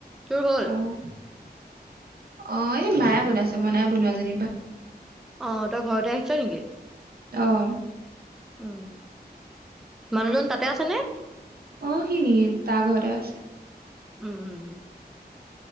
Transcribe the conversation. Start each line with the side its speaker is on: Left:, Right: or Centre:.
Centre: তোৰ হল?
Right: অ', অ এই মায়ে বনাইছে মই নাই বনোৱা যেনী বা।
Centre: অ তই ঘৰতে আহিছ নেকি?
Right: অহঁ।
Centre: উম মানুহজন তাতে আছে নে?
Right: অ সি তাৰ ঘৰতে আছে।
Centre: উম উম